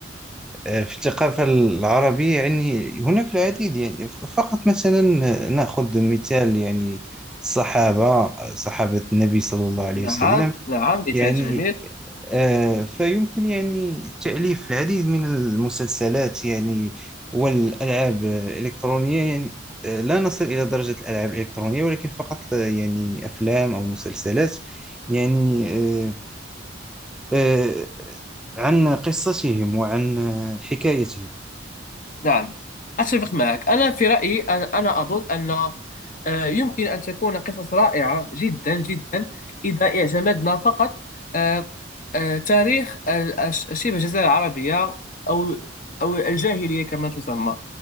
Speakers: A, in the centre; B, on the left.
A: آه، في الثقافة العربية يعني هناك العديد يعني ف- فقط مثلا نأخذ مثال يعني الصحابة صحابة النبي صلى الله عليه
B: نعم
A: وسلم
B: نعم مثال
A: يعني
B: جميل
A: آه، فيمكن يعني تأليف العديد من المسلسلات يعني والألعاب الإلكترونية يعني آه، لا نصل إلى درجة الألعاب الإلكترونية ولكن فقط آه، يعني أفلام أو مسلسلات يعني آه، آه، عن قصتهم وعن حكايتهم
B: نعم أتفق معك أنا في رأيي أنا أنا أظن أن آه، يمكن أن تكون قصص رائعة جدا جدا إذا اعتمدنا فقط آه، آه، تاريخ ال- الش- شبه الجزيرة العربية أو أو الجاهلية كما تسمى